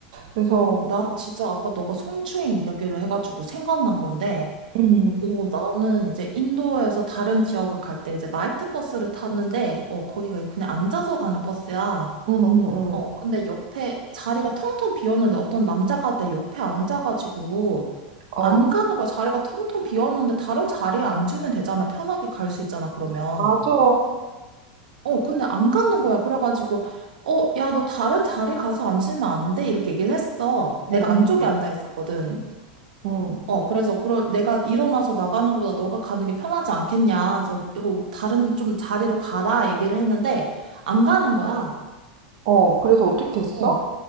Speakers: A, on the right; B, on the right.
A: 그래서
B: 어, 나 진짜 아까 너가 성추행 이야기를 해가지고 생각난 건데,
A: 음,
B: 오, 나는 이제 인도에서 다른 지역을 갈 때 이제 나이트 버스를 탔는데, 어, 거기가 그냥 앉아서 가는 버스야.
A: 음, 음,
B: 어,
A: 음.
B: 근데 옆에 자리가 텅텅 비었는데 어떤 남자가 내 옆에 앉아가지고
A: 어,
B: 안 가는 거야. 자리가 텅텅 비었는데 다른 자리에 앉으면 되잖아. 편하게 갈 수 있잖아, 그러면.
A: 맞아.
B: 어, 근데 안 가는 거야. 그래가지고, 어, 야, 너 다른 자리 가서 앉으면 안 돼. 이렇게 얘기를 했어. 내가
A: 응,
B: 안쪽에 앉아 있었거든.
A: 응.
B: 어, 그래서 그럴 내가 일어나서 나가는 것보다 너가 가는 게 편하지 않겠냐. 그래서 이거 다른 좀 자리로 가라 얘기를 했는데 안 가는 거야.
A: 어, 그래서 어떻게 했어?
B: 어.